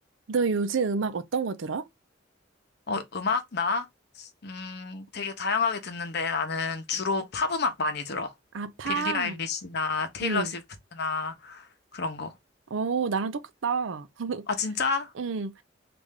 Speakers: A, on the right; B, on the left.
A: 너 요즘 음악 어떤 거 들어?
B: 어, 음악, 나? 음, 되게 다양하게 듣는데 나는 주로 팝 음악 많이 들어.
A: 아, 팝.
B: 빌리 아일리시나 테일러
A: 응.
B: 스위프트나 그런 거.
A: 어, 나랑 똑같다. <laughs>
B: 아, 진짜?
A: 응.